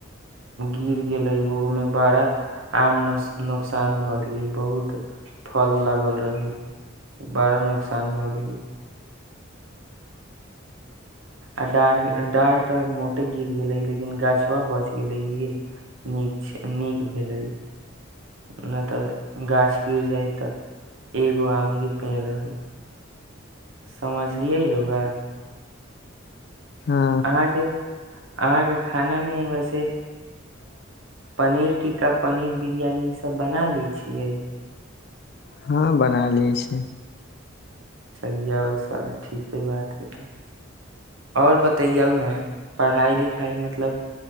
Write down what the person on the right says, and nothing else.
गिर गेलै ओमे बड़ा आम न नुकसान भऽ गेल बहुत फल लागल रहै बड़ा नुकसान भए गेले आड डार्क तऽ मोटे गिर गेलै लेकिन गाछवा बच गेलै इहे नीक नीक भेलै न तऽ गाछ गिर जाय तऽ एगो आमे के पेड़ रहै समझलिये ही रौआ
अहाँके आहाँके खानामे वैसे पनीर टिक्का पनीर बिरियानी ईसभ बना लै छियै
चलिआ उस तऽ ठीके बात हइ तऽ आओर बतैयौ ने पढ़ाइ लिखाइ मतलब